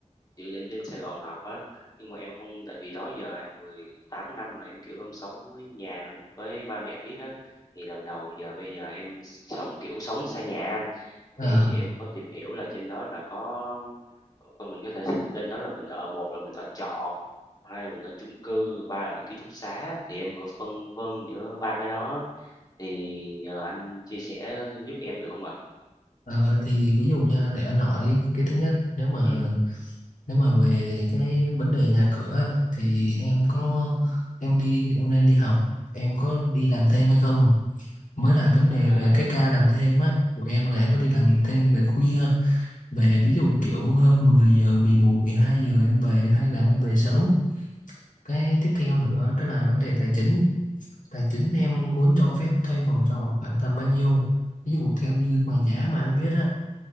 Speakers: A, on the left; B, on the left.
A: dự định trên Sài Gòn học á, nhưng mà em không tại vì đó giờ em 18 năm rồi em, kiểu, em sống với nhà với ba mẹ riết á, thì lần đầu giờ bây giờ em sống, kiểu, sống xa nhà anh,
B: Ờ.
A: thì em có tìm hiểu là trên đó là có coi mình có thể lên đó là mình ở một là mình ở trọ, hai là mình ở chung cư, ba ở ký túc xá thì em vừa phân vân giữa ba cái đó, thì nhờ anh chia sẻ giúp em được không ạ?
B: Ờ, thì ví dụ nha để anh hỏi cái thứ nhất nếu mà
A: Ừ
B: nếu mà về cái vấn đề nhà cửa á, thì em có
A: ừm,
B: em đi em nên đi học em có đi làm
A: ừm,
B: thêm hay không mới lại vấn đề
A: à,
B: về cái ca làm thêm á của em là em có đi làm thêm về khuya về ví dụ kiểu hơn 10 giờ 11 hai giờ em về hay là em về sớm cái tiếp theo nữa cái là vấn đề tài chính tài chính em
A: ừm,
B: muốn cho phép thuê phòng trọ khoảng tầm bao nhiêu ví dụ theo như mà giá mà anh biết á